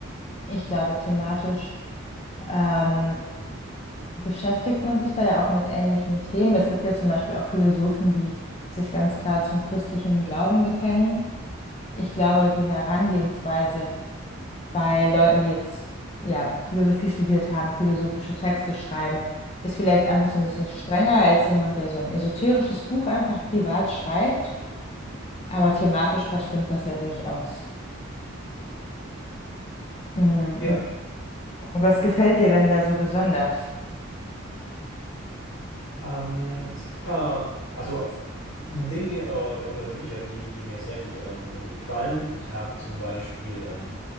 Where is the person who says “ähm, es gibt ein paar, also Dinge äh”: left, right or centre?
Left